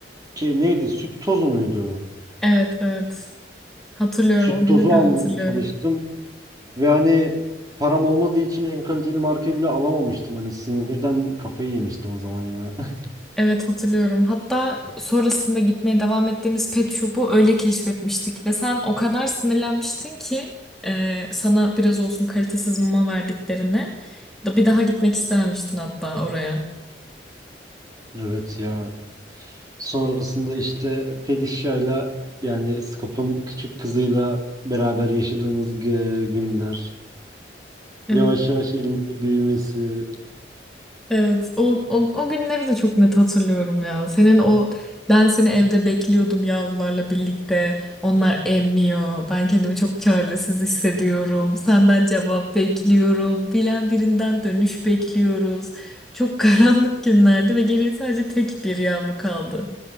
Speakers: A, on the right; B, in the centre.
A: ki neydi süt tozu muydu?
B: Evet evet. Hatırlıyorum
A: Süt
B: o
A: tozu
B: günü de
A: almaya
B: hatırlıyorum.
A: çalıştım ve hani param olmadığı için en kaliteli markayı bile alamamıştım. Hani sinirden kafayı yemiştim o zaman ya. <laughs>
B: Evet hatırlıyorum. Hatta sonrasında gitmeye devam ettiğimiz pet shop'u öyle keşfetmiştik ve sen o kadar sinirlenmiştin ki e, sana biraz olsun kalitesiz mama verdiklerini. Da- Bir daha gitmek istememiştin hatta oraya.
A: Evet ya. Sonrasında işte Felicia'yla yani Scoop'un küçük kızıyla beraber yaşadığımız gü- günler.
B: Evet.
A: Yavaş yavaş elimizde büyümesi.
B: Evet, o, o, o günleri de çok net hatırlıyorum ya. Senin o ben seni evde bekliyordum yavrularla birlikte. Onlar emmiyor. Ben kendimi çok çaresiz hissediyorum. Senden cevap bekliyorum. Bilen birinden dönüş bekliyoruz. Çok <laughs> karanlık günlerdi ve geriye sadece tek bir yavru kaldı.